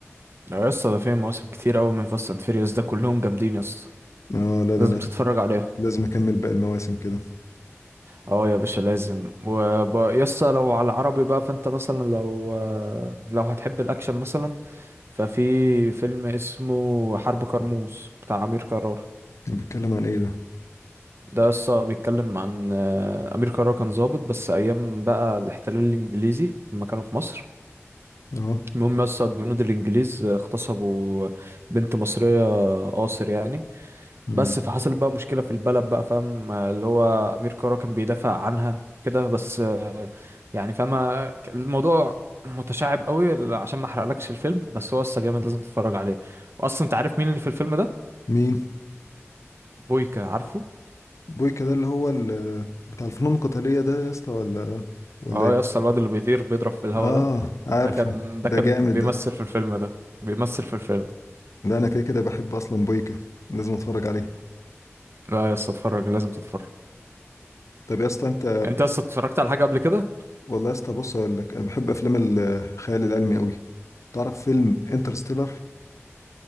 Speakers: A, on the right; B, on the left.
A: لا يا اسطى ده فيه مواسم كتير قوي من فاست اند فيريوس ده كلهم جامدين يا اسطى
B: اه لا ده
A: لازم
B: انا
A: تتفرج عليهم
B: لازم اكمل باقي المواسم كده
A: اه يا باشا لازم ويسا لو على العربي بقى فانت مثلا لو لو هتحب الاكشن مثلا ففي فيلم اسمه حرب كرموز بتاع امير كرارة
B: بيتكلم عن ايه ده
A: ده يسا بيتكلم عن آه، امير كرارة كان ضابط بس ايام بقى الاحتلال الانجليزي لما كانوا في مصر
B: اه
A: المهم يسا الجنود الانجليز اغتصبوا بنت مصرية قاصر يعني
B: مم.
A: بس فحصل بقى مشكلة في البلد بقى فاهم آه، اللي هو أمير كرارة كان بيدافع عنها وكده بس آه، يعني فاهم آه، الموضوع متشعب قوي ل- عشان ما احرقلكش الفيلم بس هو اصلا جامد لازم تتفرج عليه واصلا انت عارف مين اللي في الفيلم ده
B: مين
A: بويكا عارفه
B: بويكا ده اللي هو ال- بتاع الفنون القتالية ده يا اسطى ولا ولا
A: اه
B: ايه
A: يا اسطى الواد اللي بيطير بيضرب في الهوا
B: اه
A: ده
B: عارفه
A: ده كان ده
B: ده
A: كان
B: جامد
A: بيمثل
B: ده
A: في الفيلم ده بيمثل في الفيلم
B: ده انا كده كده بحب اصلا بويكا لازم اتفرج عليه
A: لا يا اسطى اتفرج لازم تتفرج
B: طب يا اسطى انت
A: انت اصلا اتفرجت على حاجة قبل كده
B: والله يا اسطى بص اقول لك انا بحب افلام الخيال العلمي قوي تعرف فيلم انترستيلر